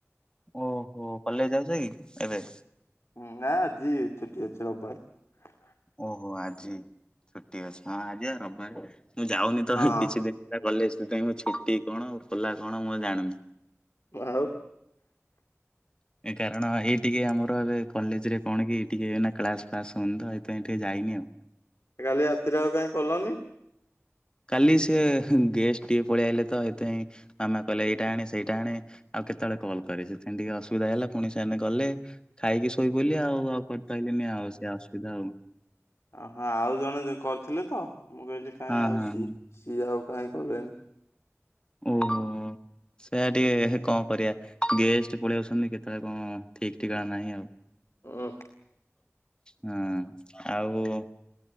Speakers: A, on the left; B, on the left.
A: ଓହୋ କଲେଇ ଯାଉଛ କି ଏବେ?
B: ହୁଁ ଆ ଆଜିି ଛୁଟି ଅଛି ରବିବାର।
A: ଓହୋ ଆଜି ଛୁଟି ଅଛି ହଁ ଆଜି ଆ ରବିବାରେ। ମୁଁ ଯାଉନି ତ
B: ହଁ
A: ହିଁ କିଛି ଦିନ ହେଲା କଲେଜ <unintelligible> ମୁଁ ଛୁଟି କଣ ଖୋଲା କଣ ମୁଁ ଆଉ ଜାଣୁନି।
B: ଆଉ
A: କାରଣ ଏଇ ଟିକେ ଆମର ଏ କଲେଜରେ କଣ କି ଟିକେ ନା କ୍ଲାସ ଫ୍ଲାସ ହୋଉନି ତ ହେଇଥିପାଇଁ ଟିକେ ଯାଇ ନି ଆଉ।
B: କାଲି ରାତିରେ ଆଉ କାଇଁ କଲନି।
A: କାଲି ସିଏ ହେଁ ଗେଷ୍ଟ ଟିକେ ପଳେଇ ଆଇଲେ ତ ହେଇଥିପାଇଁ ମାମା କହିଲେ ଏଇଟା ଆଣେ ସେଇଟା ଆଣେ ଆଉ କେତେବେଳେ କଲ୍ କରି ସେଇଥିପାଇଁ ଟିକେ ଅସୁବିଧା ହେଇଗଲା ପୁଣି ସେମାନେେ ଗଲେ ଖାଇକି ଶୋଇ ପ‌ଇଲି ଆଉ ଆଉ କରି ପାଇଲିନି ଆଉ ସେଇ ଆସୁବିଧା ଆଉ।
B: ଅ ହଁ ଆଉ ଜଣେ ଯେ କରିଥିଲେ ତ ମୁଁ କହିଲି କାହିଁ
A: ହଁ
B: ଆଉ
A: ହଁ
B: ସି
A: ହଁ।
B: ସିଏ ଆଉ କାଇଁ କଲେନି?
A: ଓହୋ। ସେଇଆା ଟିକେ କଣ କରିବା। ଗେଷ୍ଟ ପଳେଇ ଆଉଛନ୍ତି କେତେବେଳେ କଣ ଠିକ ଠିକଣା ନାହିଁ ଆଉ।
B: ଉଁ
A: ହଁ ଆଉ।